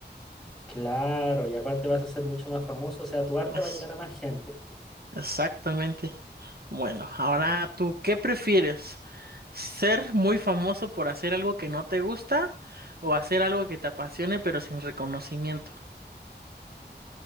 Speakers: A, in the centre; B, on the right.
A: Claro, y aparte vas a ser mucho más famoso, o sea, tu arte
B: Pues,
A: va a llegar a más gente.
B: exactamente. Bueno, ahora tú, ¿qué prefieres? ¿Ser muy famoso por hacer algo que no te gusta o hacer algo que te apasione pero sin reconocimiento?